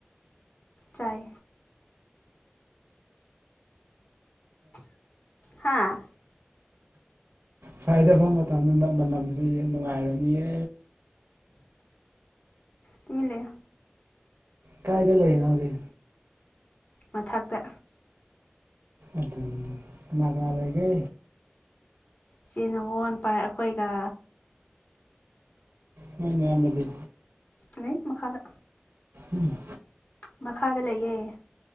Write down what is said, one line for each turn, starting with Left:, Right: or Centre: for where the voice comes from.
Left: ꯆꯥꯏ ꯍꯥꯥ
Right: ꯁꯥꯏꯗꯕ ꯃꯇꯝꯗꯗ ꯃꯅꯝꯁꯤ ꯅꯨꯡꯉꯥꯏꯔꯅꯤꯌꯦ
Left: ꯇꯃꯤ ꯂꯩ
Right: ꯀꯥꯏꯗ ꯂꯩꯔꯤꯅꯣꯒꯦ
Left: ꯃꯊꯛꯇ
Right: ꯑꯗꯨ ꯂ ꯀꯔꯒꯦ
Left: ꯆꯦꯟꯅ ꯃꯣꯟ ꯄꯥꯏ ꯑꯩꯈꯣꯏꯒ
Right: ꯍꯣꯏꯅꯦ ꯑꯕꯗꯤ
Left: ꯂꯩ ꯃꯈꯥꯗ
Right: ꯎꯝ
Left: ꯃꯈꯥꯗ ꯂꯩꯌꯦꯌꯦ